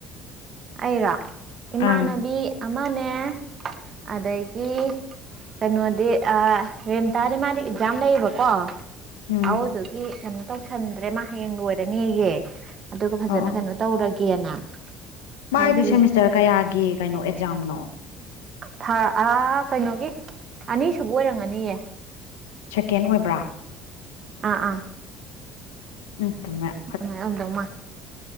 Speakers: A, on the right (about 45°); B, on the left (about 80°).
A: ꯑꯩꯔꯣ ꯏꯃꯥꯟꯅꯕꯤ
B: ꯑꯥ
A: ꯑꯃꯅꯦ ꯑꯗꯒꯤ ꯀꯩꯅꯣꯗꯤ ꯔꯦꯟꯇꯥꯗꯤ ꯃꯥꯗꯤ ꯑꯦꯛꯖꯥꯝ ꯂꯩꯌꯦꯕꯀꯣ
B: ꯎꯝ
A: ꯑ ꯑꯗꯨꯒꯤ ꯀꯩꯅꯣ ꯇꯧꯁꯟꯗ꯭ꯔꯦ ꯃꯥ ꯍꯌꯦꯡ ꯂꯣꯏꯔꯅꯦꯌꯦ ꯑꯗꯨꯒ ꯐꯖꯅ
B: ꯑꯣ
A: ꯀꯩꯅꯣ ꯇꯧꯔꯒꯦꯅ
B: ꯃꯥꯏꯗꯨ
A: ꯍꯥꯏꯗꯤ
B: ꯁꯦꯃꯤꯁꯇꯔ ꯀꯌꯥꯒꯤ ꯀꯩꯅꯣ ꯑꯦꯛꯖꯥꯝꯅꯣ
A: ꯊꯥ ꯀꯩꯅꯣꯒꯤ ꯑꯅꯤꯁꯨꯕ ꯑꯣꯏꯔꯝꯒꯅꯤꯌꯦ
B: ꯁꯦꯀꯦꯟ ꯑꯣꯏꯕ꯭ꯔꯥ
A: ꯑꯥ ꯑꯥ
B: ꯎꯠꯇꯃꯦ
A: ꯑꯗꯨꯃꯥꯏꯅ ꯑꯃꯝꯗꯧ ꯃꯥ